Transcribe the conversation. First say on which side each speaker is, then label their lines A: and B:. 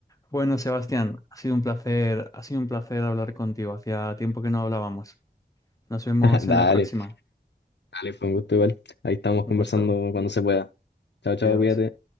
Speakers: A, on the left; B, on the left.
A: Bueno, Sebastián, ha sido un placer, ha sido un placer hablar contigo. Hacía tiempo que no hablábamos. Nos vemos
B: Dale,
A: en la próxima.
B: dale, fue un gusto igual. Ahí estamos
A: Un
B: conversando
A: gusto.
B: cuando se pueda. Chao, chao,
A: Adiós.
B: cuídate.